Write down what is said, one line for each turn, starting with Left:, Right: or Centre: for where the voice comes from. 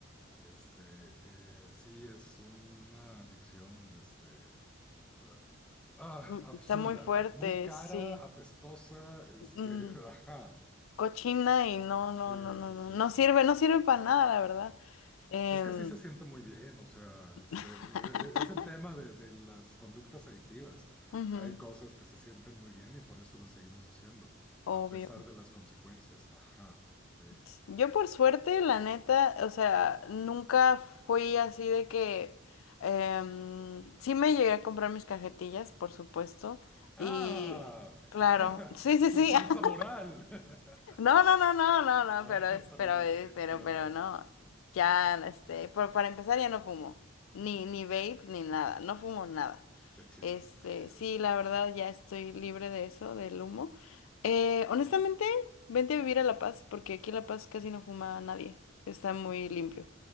Centre: Este, eh, sí, es una adicción, este, ah, ah,
Left: Mm,
Centre: absurda,
Left: Está muy fuerte,
Centre: muy cara,
Left: sí.
Centre: apestosa, este,
Left: Mm,
Centre: <laughs> ajá.
Left: cochina y no, no,
Centre: Sí,
Left: no, no,
Centre: sí,
Left: no,
Centre: sí.
Left: no sirve, no sirve para nada, la verdad. Em,
Centre: Es que sí se siente muy bien, o sea, este,
Left: <laughs>
Centre: e- e- es el tema de, de las conductas adictivas.
Left: ujú,
Centre: Hay cosas que se sienten muy bien y por eso las seguimos haciendo,
Left: obvio.
Centre: a pesar de las consecuencias. Ajá, sí.
Left: pues, Yo por suerte, la neta, o sea, nunca fui así de que... em, sí me llegué a comprar mis cajetillas, por supuesto.
Centre: ¡Ah!
Left: Y claro,
Centre: <laughs>
Left: sí, sí, sí,
Centre: Falsa
Left: <laughs>
Centre: moral. <laughs>
Left: No, no, no, no, no, no,
Centre: Ah,
Left: pero, es-
Centre: para
Left: pero,
Centre: nada,
Left: eh, pero,
Centre: para
Left: pero
Centre: nada.
Left: no. Ya, este, por- para empezar ya no fumo, ni, ni vape, ni nada, no fumo nada.
Centre: Qué chido,
Left: Este,
Centre: qué chido.
Left: sí, la verdad ya estoy libre de eso, del humo. Eh, honestamente, vente a vivir a La Paz, porque aquí en La Paz casi no fuma nadie, está muy limpio.